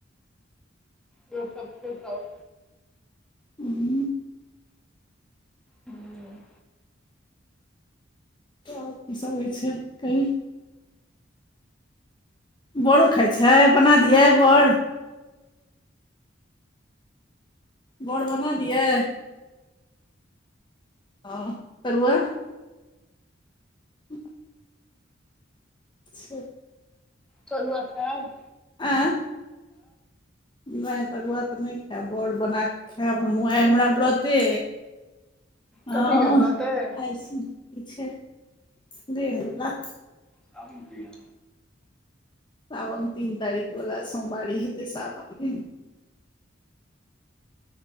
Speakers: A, in the centre; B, on the left (about 25°).
A: जे सब छै सब
B: हूँ
A: ह
B: आ किसभ होइ छै कहीँ बड़ो खाइ छै बना दियै बड़ बर बना दियै ह तरुआ <unintelligible> से
A: तरुआ खाइब
B: आँय नहि तरुआ तऽ नहि खायब बड़ बना कऽ खायब हमहूँ आ हमरा बरते हँ
A: कथीके व्रत अइ
B: ठीक छै देह वला
A: सावन प्रिया
B: साावन तीन तारीख वला सोमवारी हेतै सावन दिन